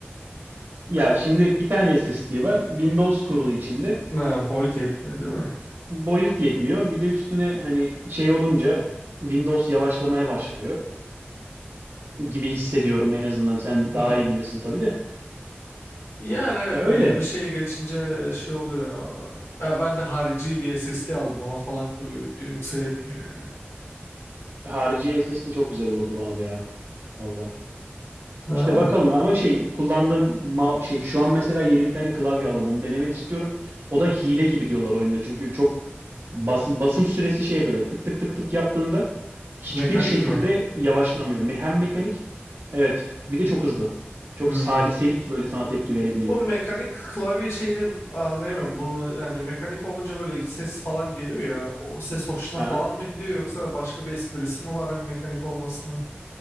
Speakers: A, on the right; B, on the left.
A: ya şimdi bir tane SSD var. Windows kurulu içinde.
B: Ha, boyut yetmiyor değil mi?
A: Boyut yetmiyor. Bir de üstüne hani şey olunca Windows yavaşlamaya başlıyor gibi hissediyorum en azından. Sen
B: Hmm.
A: daha iyi bilirsin tabii de.
B: Yani evet
A: Ya öyle.
B: belli bir şeye geçince şey oluyor. Ya ben de harici bir SSD aldım ona falan kuruyorum. Yoksa yetmiyor yani.
A: Harici SSD çok güzel olurdu bana da ya. Valla.
B: Ha,
A: İşte bakalım ama şey kullandığım ma- şey şu an mesela yeni bir tane klavye aldım onu denemek istiyorum. O da hile gibi diyorlar oyunda çünkü çok bas- basım süresi şey böyle tık tık tık tık yaptığında hiçbir
B: mekanik
A: şekilde
B: mi?
A: yavaşlamıyor. Me- Hem mekanik evet bir de çok hızlı. Çok
B: Hmm.
A: saliselik böyle sana tepki verebiliyor.
B: Bu mekanik klavye şeyini anlayamıyorum. Bu yani mekanik olunca böyle ses falan geliyor ya. O ses hoşuna
A: Aha.
B: falan mı gidiyor yoksa başka bir esprisi mi var hani mekanik olmasına?